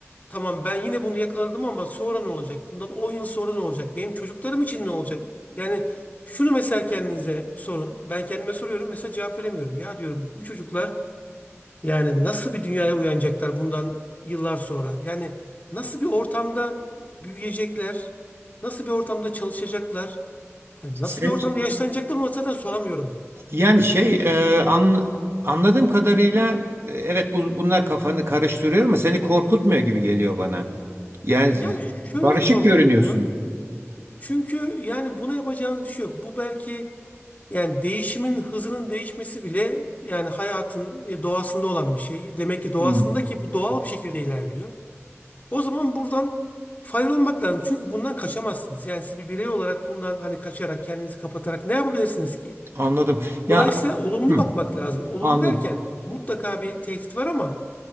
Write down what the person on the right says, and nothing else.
Sen
yani şey e, an- anladığım kadarıyla e, evet bu, bunlar kafanı karıştırıyor ama seni korkutmuyor gibi geliyor bana. Yani
barışık
görünüyorsun.
Hmm,
anladım. Ya
hmm,
anladım.